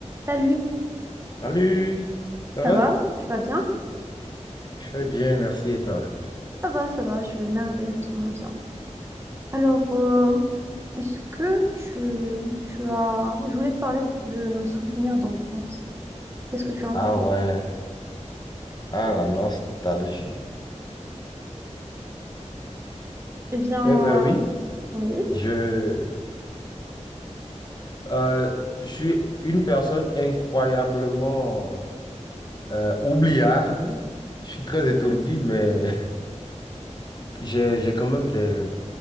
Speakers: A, on the right; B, on the left.
A: Salut,
B: Salut, ça
A: ça
B: va?
A: va? Tu vas bien?
B: Je vais bien, merci et toi?
A: Ça va, ça va, je vais merveilleusement bien. Alors, euh, est-ce que tu, tu as... Je voulais te parler de nos souvenirs d'enfance. Qu'est-ce que tu en
B: Ah
A: penses?
B: ouais, ah la nostalgie.
A: Eh bien,
B: Eh ben oui,
A: euh, oui,
B: je, euh, je suis une personne incroyablement euh, oubliarde. Je suis très étourdi, mais <laughs> j'ai, j'ai quand même des,